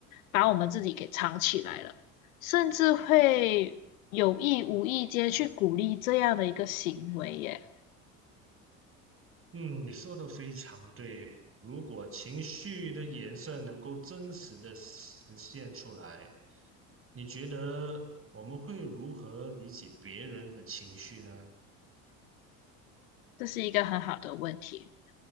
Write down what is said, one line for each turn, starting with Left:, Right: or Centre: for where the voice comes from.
Left: 把我们自己给藏起来了，甚至会有意无意间去鼓励这样的一个行为耶，
Right: 嗯，你说的非常对。如果情绪的颜色能够真实的实现出来，你觉得我们会如何理解别人的情绪呢？
Left: 这是一个很好的问题。